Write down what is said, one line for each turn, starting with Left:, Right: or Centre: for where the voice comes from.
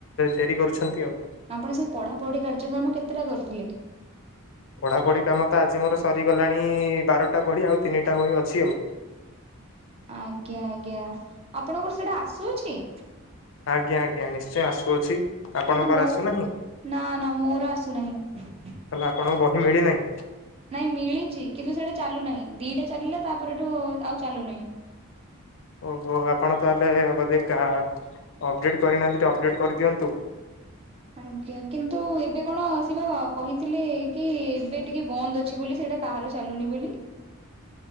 Left: ଡେରି କରୁଛନ୍ତି ଆଉ।
Right: ଆପଣ ସେ ପଢାପଢି କାର୍ଯ୍ୟକ୍ରମ କେତେଟା କରିଥିଲେ?
Left: ପଢ଼ାପଢ଼ି କାମ ତ ଆଜି ମୋର ସରିଗଲାଣି ବାରଟା ବହିି ଆଉ ତିନିଟା ବହି ଅଛି ଆଉ।
Right: ଆଜ୍ଞା ଆଜ୍ଞା। ଆପଣଙ୍କର ସେଇଟା ଆସୁଚି?
Left: ଆଜ୍ଞା ଆଜ୍ଞା। ନିଶ୍ଚୟ ଆସୁଅଛି। ଆପଣଙ୍କର
Right: କିନ୍ତୁ ମୁଁ
Left: ଆସୁନାହିଁ
Right: ନା ନା ମୋର ଆସୁନାହିଁ।
Left: ତାହେଲେ ଆପଣଙ୍କୁ ବହି ମିଳିନାହିଁ?
Right: ନାଇଁ ମିଳିଚି। କିନ୍ତୁ ସେଇଟା ଚାଲୁନାହିଁ। ଦିଟା ଚାଲିଲା ତାପରଠୁ ଆଉ ଚାଲୁ ନାହିଁ।
Left: ଓହୋ ଆପଣ ତାହେଲେ ବୋଧେ କା ଅପଡ଼େଟ୍ କରିନାହାନ୍ତି ଅପଡ଼େଟ୍ କରିଦିଅନ୍ତୁ।
Right: ଆଜ୍ଞା। କିନ୍ତୁ ଏବେ କଣ ସିଏବା କହିଥିଲେ କି ଏବେ ଟିକେ ବନ୍ଦ ଅଛି ବୋଲି ସେଇଟା। କାହାର ଚାଲୁନି ବୋଲି।